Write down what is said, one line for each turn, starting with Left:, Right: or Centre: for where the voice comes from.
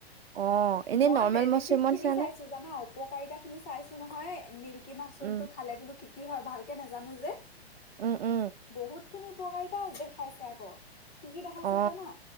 Right: অ এনেই
Left: মই
Right: নৰ্মেল
Left: বেনিফিট
Right: মাছৰুমৰ
Left: খিনি
Right: নিচিনানে
Left: চাইছো জানা উপকাৰিতা খিনি চাইছো নহয়, মিল্কি মাছৰুমটো
Right: উম
Left: খালে বোলো কি কি হয় ভালকে নাজানো যে।
Right: উম উম।
Left: বহুত খিনি উপকাৰিতা দেখাইছে আকৌ, কি কি দেখাইছে
Right: অ
Left: জানা?